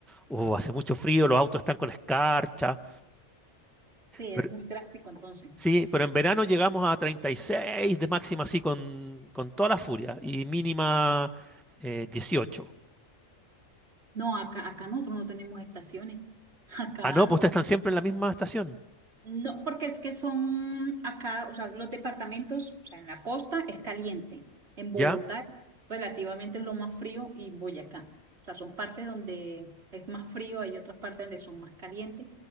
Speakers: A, in the centre; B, on the right.
A: Uh, hace mucho frío, los autos están con escarcha.
B: es
A: Pero,
B: muy drástico entonces.
A: sí, pero en verano llegamos a 36 de máxima, así con, con toda la furia, y mínima eh, 18.
B: No, acá, acá nosotros no tenemos estaciones. <laughs> Acá,
A: Ah, no, pues ustedes están siempre en la misma estación.
B: No, porque es que son acá, o sea, los departamentos, o sea, en la costa es caliente, en
A: ¿Ya?
B: Bogotá es relativamente lo más frío y Boyacá. O sea, son partes donde es más frío, hay otras partes donde son más calientes.